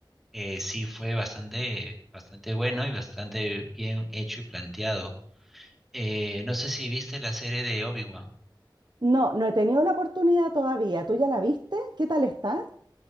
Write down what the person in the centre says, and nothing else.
eh, sí fue bastante, bastante bueno y bastante bien hecho y planteado Eh, no sé si viste la serie de Obi-Wan.